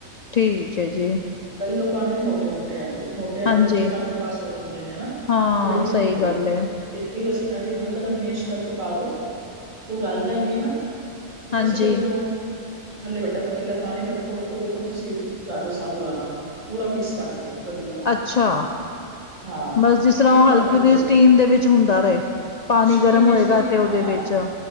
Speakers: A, on the left; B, on the right.
A: ਠੀਕ ਏ ਜੀ
B: ਕਈ ਲੋਕ ਪਾਂਦੇ ਨੇ ਮੋਟੇ- ਮੋਟੇ ਆਲੂ ਮੋਟ ਤੇ ਆਲੂ
A: ਹਾਂਜੀ
B: ਬੱਚੇ ਕੱਢ ਕੇ ਬਾਹਰ ਸੁੱਟ ਦਿੰਦੇ ਨੇ ਹਨਾ
A: ਹਾਂ
B: ਕੋਈ ਨੀ ਖਾਂਦੇ।
A: ਸਹੀ ਗੱਲ ਐ।
B: ਤੇ ਇਹ ਬਸ ਇਵੇਂ ਹਲਕਾ ਜਿਆ ਮੇਸ਼ ਕਰਕੇ ਪਾ ਦੋ। ਤੇ ਉਹ ਗਲ ਜਾਣਗੇ ਨਾ। ਤੇ ਤੇ
A: ਹਾਂਜੀ।
B: ਤੁਸੀਂ ਫਿਰ ਓਨ ਥੱਲੇ ਵੱਡਾ ਪਤੀਲਾ ਪਾਣੀ ਰੱਖੋ ਉਹਦੇ ਉੱਪਰ ਤੁਸੀਂ ਰੱਖ ਦੋ ਸਾਬੂ ਦਾਨਾ ਪੂਰਾ ਮਿਕਸ ਕਰਕੇ ਵਧੀਆ
A: ਅੱਛਾ,
B: ਹਾਂ
A: ਬਸ ਜਿਸ ਤਰ੍ਹਾਂ
B: ਟੀਮ
A: ਉਹ
B: ਟੱਕ
A: ਹਲਕੀ
B: ਦਿਓ
A: ਜੀ ਸਟੀਮ ਦੇ ਵਿੱਚ ਹੁੰਦਾ ਰਹੇ ਪਾਣੀ
B: ਸਟੀਮ
A: ਗਰਮ
B: ਵਿੱਚ
A: ਹੋਏਗਾ
B: ਕਿ
A: ਤੇ ਉਹਦੇ
B: ਹਾਂ
A: ਵਿੱਚ